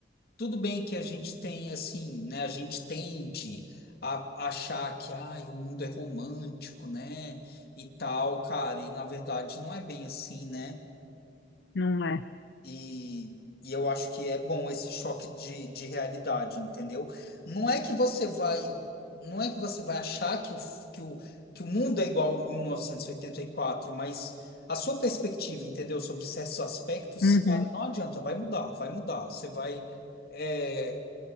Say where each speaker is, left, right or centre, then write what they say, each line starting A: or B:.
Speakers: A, on the left; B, on the left.
A: tudo bem que a gente tem, assim, né, a gente tende a achar que, ai, o mundo é romântico, né, e tal, cara, e na verdade não é bem assim, né?
B: Não é.
A: E, e eu acho que é bom esse choque de, de realidade, entendeu? Não é que você vai, não é que você vai achar que o, f- que o, que o mundo é igual em mil novecentos e oitenta e quatro mas a sua perspectiva, entendeu, sobre certos aspectos,
B: Uhum.
A: cara, não adianta, vai mudar, vai mudar. Você vai. é,